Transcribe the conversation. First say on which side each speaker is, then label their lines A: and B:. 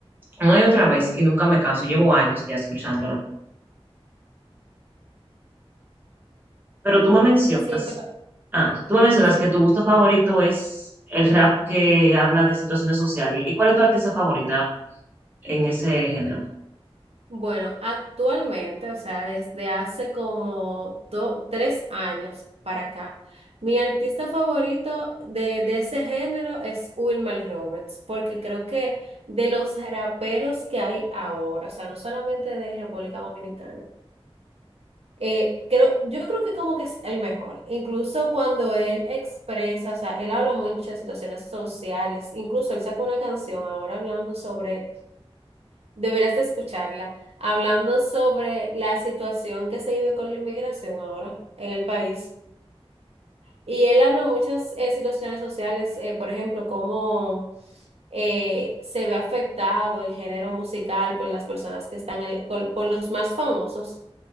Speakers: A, on the right; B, on the right.
A: una y otra vez y nunca me canso, llevo años ya escuchándola. Pero tú me mencionas.
B: Sí, pero
A: Ah, tú me mencionas
B: sí.
A: que tu gusto favorito es el rap que habla de situaciones sociales. ¿Y cuál es tu artista favorita en ese género?
B: Bueno, actualmente, o sea, desde hace como do- tres años para acá, mi artista favorito de, de ese género es Wilmer Roberts, porque creo que de los raperos que hay ahora, o sea, no solamente de República Dominicana, eh, creo, yo creo que como que es el mejor, incluso cuando él expresa, o sea, él habla mucho de situaciones sociales, incluso él sacó una canción ahora hablando sobre Deberás de escucharla, hablando sobre la situación que se vive con la inmigración ahora en el país. Y él habla muchas eh, situaciones sociales, eh, por ejemplo, cómo eh, se ve afectado el género musical por las personas que están, en- col- por los más famosos,